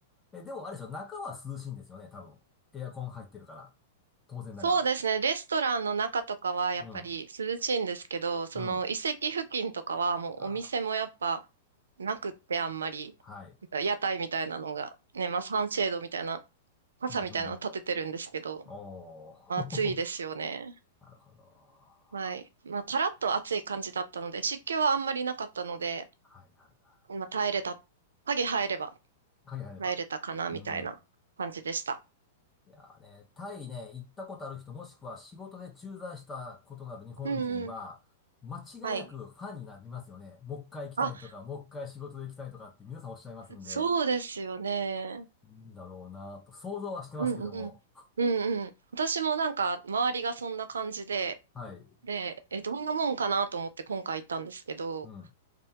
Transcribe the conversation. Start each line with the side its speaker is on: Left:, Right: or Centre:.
Left: え、でもあれでしょ、中は涼しいんですよね、多分。エアコン入ってるから。当然ながら。
Right: そうですね、レストランの中とかはやっぱり涼しいんですけど、
Left: うん、
Right: その遺跡付近とかはもうお店もやっぱ
Left: うん。あー
Right: なくってあんまり、
Left: はい。
Right: なんか屋台みたいなのが、ね、まあサンシェードみたいな、傘みたいなの立ててるんですけど、
Left: うん、うん、うん。お
Right: まあ暑いですよね。
Left: ー。<laughs> なるほど。は
Right: はい。まあカラッと暑い感じだったので、湿気はあんまりなかったので、
Left: いはいはい。
Right: まあ耐えれた、影入れば
Left: 鍵入れば。
Right: 耐えれたかなみたいな感じでした。
Left: うん。いやーね、タイね、行ったことある人、もしくは仕事で駐在したことがある日本人は、
Right: うんうん。
Left: 間違いなくファンになりますよね。
Right: はい。
Left: もう一回行きたいとか、
Right: あ
Left: もう一回仕事で行きたいとかって皆さんおっしゃいますんで、
Right: そうですよね。
Left: いいんだろうなと、想像はしてますけども。
Right: うんうん。うんうん。私もなんか、周りがそんな感じで、
Left: はい。
Right: で、え、どんなもんかなと思って今回行ったんですけど、
Left: うん。